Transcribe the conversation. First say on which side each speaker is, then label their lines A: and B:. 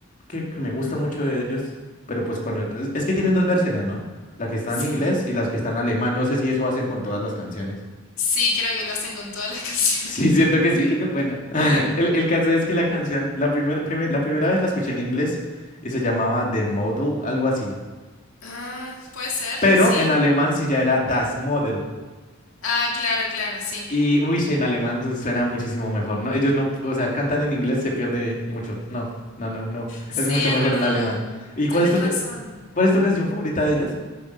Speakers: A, on the left (about 40°); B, on the left (about 75°).
A: que, que me gusta mucho de ellos, pero pues con el- es es que tienen dos versiones, ¿no? La que está
B: Sí,
A: en inglés y las que están en alemán, no sé si eso hacen con todas las canciones. <laughs>
B: sí, creo que lo hacen con todas las <laughs> canciones.
A: Sí, siento que sí. <laughs> Bueno, el, el caso es que la canción, la primera la primera vez la escuché en inglés y se llamaba The Model, algo así.
B: Ah, puede ser,
A: Pero
B: sí.
A: en alemán sí ya era Das Model.
B: Ah, claro, claro, sí.
A: Y, uy, sí, en alemán suena muchísimo mejor. No, ellos no, o sea, cantan en inglés, se pierde mucho. No, no, no, no.
B: Sí,
A: Es mucho
B: es
A: mejor
B: verdad.
A: en alemán. ¿Y cuál
B: Tenés
A: es tu, ca-
B: razón.
A: cuál es tu canción favorita de ellos?